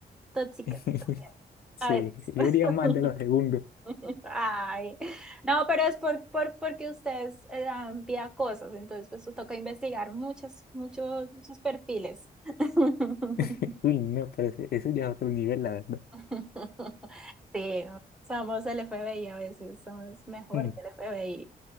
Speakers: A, in the centre; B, on the left.
A: tóxicas
B: <laughs>
A: también.
B: Sí,
A: A veces.
B: yo
A: <laughs>
B: diría más de los segundos.
A: Ay, no, pero es por, por, porque ustedes eh, dan pie a cosas, entonces pues os toca investigar muchos, muchos, muchos perfiles. <laughs>
B: <laughs> Uy, no, pero ese- eso ya es otro nivel, la verdad.
A: <laughs> Sí, somos el FBI a veces, somos mejor
B: Mm.
A: que el FBI.